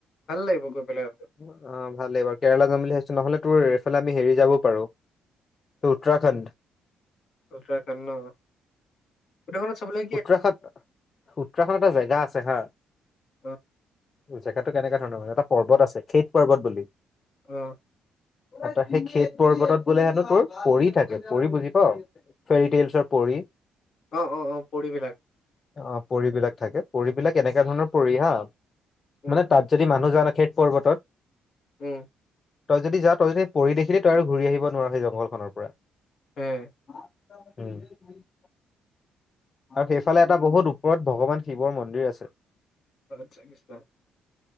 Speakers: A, on the left; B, on the left.
A: ভাল লাগিব গৈ পেলাই।
B: অঁ, ভালেই বাৰু, কেৰেলা যাম বুলি ভাবিছো নহলে তোৰ এইফালে আমি হেৰি যাবও পাৰো উত্তৰাখণ্ড।
A: উত্তৰাখণ্ড ন? উত্তৰাখণ্ডত চাবলে
B: উত্তৰাখাত, উত্তৰাখাণ্ড এটা জেগা আছে হা।
A: অ।
B: জেগাটো কেনেকুৱা ধৰণৰ মানে, এটা পৰ্বত আছে, খেইট পৰ্বত বুলি।
A: অ'।
B: অ ত সেই খেত পৰ্বতত বোলে হেনো, তোৰ পৰি থাকে। পৰি বুজি পাওঁ? ফেৰি টেইলছৰ পৰি?
A: অ', অ', অ' পৰিবিলাক।
B: অ', পৰিবিলাক থাকে, পৰিবিলাক এনেকুৱা ধৰণৰ পৰি হা
A: উম
B: মানে তাত যদি মানুহ <unintelligible> না খেত পৰ্বতত
A: উম।
B: তই যদি যাৱ, তই যদি পৰি দেখিলি, তই আৰু ঘূৰি আহিব নোৱাৰা সেই জংঘলখনৰ পৰা।
A: এ
B: উম। আৰু সেইফালে এটা বহুত ওপৰত ভগৱান শিৱৰ মন্দিৰ আছে।
A: <unintelligible>